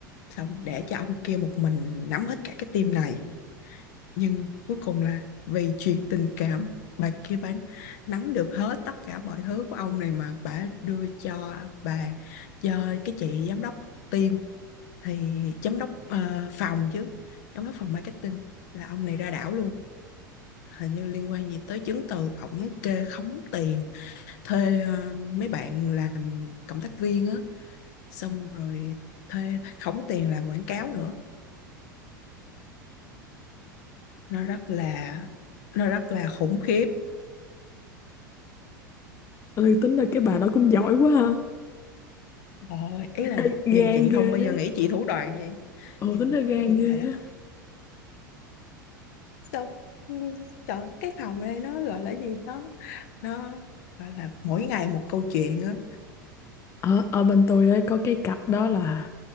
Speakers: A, on the left; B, on the left.
A: xong để cho ông kia một mình nắm hết cả cái team này nhưng cuối cùng là vì chuyện tình cảm bà kia bà nắm được hết tất cả mọi thứ của ông này mà bà đưa cho bà cho cái chị giám đốc team thì giám đốc ờ, phòng chứ giám đốc phòng marketing là ông này ra đảo luôn hình như liên quan gì tới chứng từ ổng kê khống tiền thuê ờ, mấy bạn làm cộng tác viên á xong rồi thuê khống tiền làm quảng cáo nữa nó rất là nó rất là khủng khiếp
B: ơi tính ra cái bà đó cũng giỏi quá ha
A: Ôi, ý là
B: Ê,
A: nhìn
B: gan
A: chị
B: ghê
A: không bao giờ
B: á
A: nghĩ chị thủ đoạn vậy.
B: ồ
A: Nhìn
B: tính ra gan
A: nhìn
B: ghê
A: bà đó.
B: á
A: Xong ừ, trời, cái phòng này nó gọi là gì nó nó gọi là mỗi ngày một câu chuyện á.
B: ở ở bên tôi ấy, có cái cặp đó là